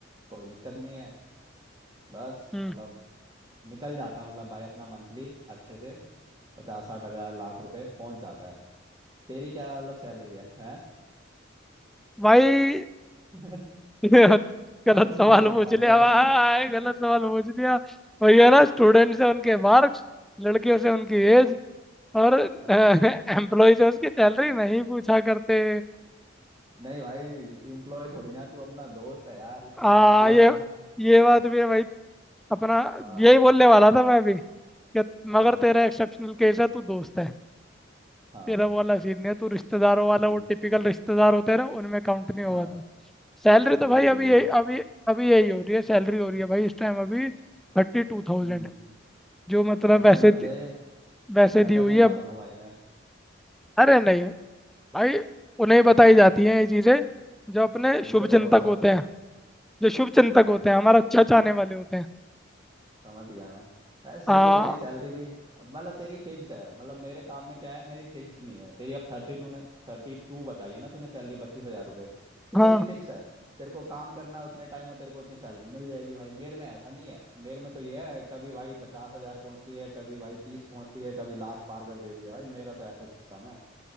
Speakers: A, on the right; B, in the centre.
A: कोई दिक्कत नहीं है बस
B: हम्म
A: मतलब निकल जाता है मतलब भाई अपना मंथली अच्छे से पचास साठ हजार लाख रुपए पहुंच जाता है तेरी क्या मतलब सैलरी है, है?
B: भाई
A: <laughs>
B: <laughs> गलत
A: भाई
B: सवाल
A: बुरा मत
B: पूछ
A: मानियो
B: लिया
A: भाई
B: भाई
A: <laughs>
B: गलत सवाल पूछ लिया वही है ना स्टूडेंट से उनके मार्क्स लड़कियों से उनकी एज और <laughs>
A: हाँ
B: एम्प्लॉय से उसकी सैलरी नहीं पूछा करते
A: नहीं भाई एम्प्लॉय थोड़ी ना तू अपना दोस्त है यार इसलिए
B: हाँ
A: पूछ लिया
B: ये ये बात भी है भाई अपना
A: हाँ
B: यही बोलने वाला था मैं भी कि
A: हाँ
B: मगर तेरा एक्सेप्शनल केस है तू दोस्त है
A: हाँ
B: तेरा वो वाला सीन नहीं है तू रिश्तेदारों वाला
A: हम्म
B: वो टिपिकल रिश्तेदार होते हैं ना उनमें काउंट नहीं होगा
A: हाँ
B: तू सैलरी तो
A: बिल्कुल
B: भाई अभी
A: बिल्कुल
B: यही अभी अभी यही हो रही है सैलरी हो रही है भाई इस टाइम अभी थर्टी टू थाउजेंड
A: हम्म
B: जो मतलब
A: टेंशन
B: वैसे
A: मत
B: दी-
A: ले
B: वैसे
A: नजर
B: दी हुई
A: नहीं
B: है
A: मारूंगा
B: अब
A: भाई मैं
B: अरे नहीं भाई उन्हें बताई जाती
A: ए,
B: हैं ये चीज़ें जो अपने
A: जिन
B: शुभ
A: पे भरोसा
B: चिंतक
A: होता
B: होते हैं
A: है
B: जो शुभ चिंतक
A: हम्म
B: होते हैं हमारा अच्छा चाहने वाले होते हैं
A: समझ गया मैं अरे सही
B: आ,
A: है तेरी सैलरी भी मतलब तेरी फिक्स्ड है मतलब मेरे काम में क्या है मेरी फिक्स्ड नहीं है तेरी अब थर्टी तूने थर्टी टू बताई है ना तूने सैलरी बत्तीस हजार रुपये तो
B: हाँ
A: तेरी फिक्स है तेरे को काम करना है उतने टाइम और तेरे को उतनी सैलरी मिल जाएगी भाई मेरे में ऐसा नहीं है मेरे में तो ये है कभी भाई पचास हजार पहुंचती है कभी भाई तीस पहुंचती है कभी लाख पार कर देती है भाई मेरा तो ऐसा सिस्टम है